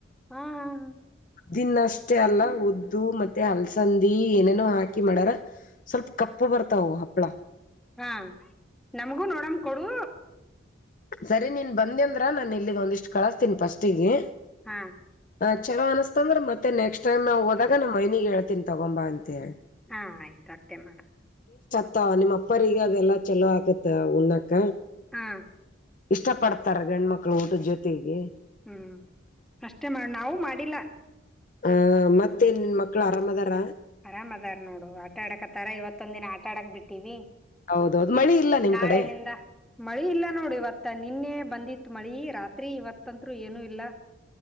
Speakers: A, in the centre; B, on the left.
A: ಹಾ ಹಾ ಹಾ
B: ದಿನ್ನಷ್ಟೇ ಅಲ್ಲ ಉದ್ದು ಮತ್ತೆ ಅಲ್ಸಂದಿ ಏನೇನೋ ಹಾಕಿ ಮಾಡಾರ ಸ್ವಲ್ಪ್ ಕಪ್ಪ್ ಬರ್ತವ್ ಹಪ್ಲ
A: ಹಾ ನಮಗೂ ನೋಡಂಗ್ ಕೊಡು
B: ಸರಿ ನೀನ್ ಬಂದ ಅಂದ್ರ ನಾನ ಇಲ್ಲಿ ಒಂದಿಷ್ಟು ಕಳಸ್ತೀನಿ ಫಸ್ಟಿಗೆ.
A: ಹಾ
B: ಹ ಚಲೋ ಅನಸ್ತ ಅಂದ್ರ ಮತ್ತೆ ನೆಕ್ಸ್ಟ್ ಟೈಮ್ ನಾವು ಹದಾಗ ನಮ್ಮ ಮನಿಗೆ ಹೇಳ್ತೀನಿ ತಗೊಂಬ ಅಂತೆಳಿ.
A: ಹಾ ಆಯ್ತು ಅಷ್ಟೇ ಮಾಡು.
B: ಮತ್ತ ನಿಮ್ಮ್ ಅಪ್ಪರಗ ಅದೆಲ್ಲಾ ಚಲೋ ಆಗತ್ತ ಉಣ್ಣಕ.
A: ಹಾ
B: ಇಷ್ಟ ಪಡ್ತಾರ ಗಂಡ ಮಕ್ಳ ಊಟದ್ ಜೊತೆಗೆ.
A: ಹ್ಮ್ ಅಷ್ಟೇ ಮಾಡ್ ನಾವು ಮಾಡಿಲ್ಲ.
B: ಆ ಮತ್ತೇನ್ ಮಕ್ಳು ಆರಾಮ ಅದಾರ.
A: ಆರಾಮ್ ಅದಾರ್ ನೋಡು ಆಟ ಆಡಕತ್ತಾರ ಇವತ್ತೊಂದ ದಿನ ಆಟ ಆಡಕ್ ಬಿಟ್ಟಿವಿ.
B: ಹೌದೌದ್ ಮಳಿ ಇಲ್ಲ ನಿಮ್
A: ನಾಳೆಲಿಂದ
B: ಕಡೆ
A: ಮಳಿ ಇಲ್ಲ ನೋಡಿ ಇವತ್ತ ನಿನ್ನೆ ಬಂದಿತ್ತ್ ಮಳಿ ರಾತ್ರಿ ಇವತ್ತಂತ್ರು ಏನು ಇಲ್ಲ.